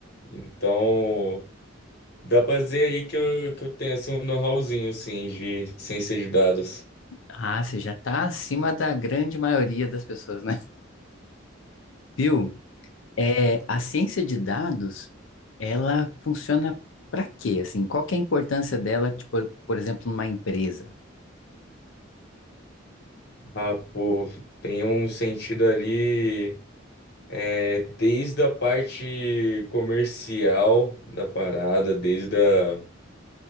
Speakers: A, on the left (about 55°); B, on the left (about 75°).
A: Então, dá para dizer aí que eu, que eu tenho assim, um know-howzinho assim, de ciência de dados.
B: Ah, você já tá acima da grande maioria das pessoas, né? Viu? É, a ciência de dados, ela funciona pra quê? Assim, qual que é a importância dela, tipo, por exemplo, numa empresa?
A: Ah, pô, tem um sentido ali. É, desde a parte comercial da parada, desde a,